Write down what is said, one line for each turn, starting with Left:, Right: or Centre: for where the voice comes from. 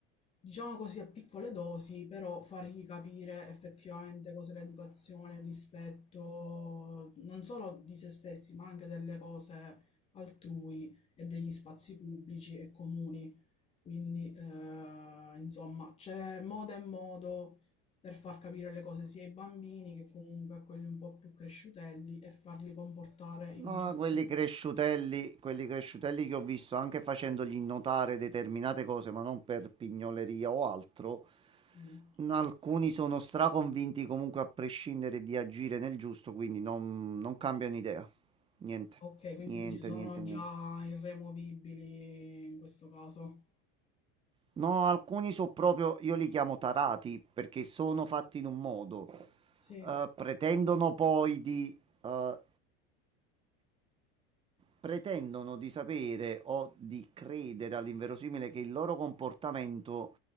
Left: Diciamo così a piccole dosi, però fargli capire effettivamente cos'è l'educazione, il rispetto non solo di se stessi, ma anche delle cose altrui e degli spazi pubblici e comuni. Quindi, eh, insomma, c'è modo e modo per far capire le cose sia ai bambini che comunque a quelli un po' più cresciutelli e farli comportare in
Right: No,
Left: un certo
Right: quelli
Left: modo.
Right: cresciutelli, quelli cresciutelli che ho visto anche facendogli notare determinate cose, ma non per pignoleria o altro.
Left: Mm.
Right: n- Alcuni sono straconvinti comunque a prescindere di agire nel giusto, quindi non, non cambiano idea. Niente,
Left: Ok, quindi
Right: niente,
Left: ci sono
Right: niente,
Left: già
Right: niente.
Left: irremovibili in questo caso.
Right: No, alcuni sono proprio, io li chiamo tarati perché sono fatti in un modo.
Left: Sì,
Right: eh, pretendono poi di eh, pretendono di sapere o di credere all'inverosimile che il loro comportamento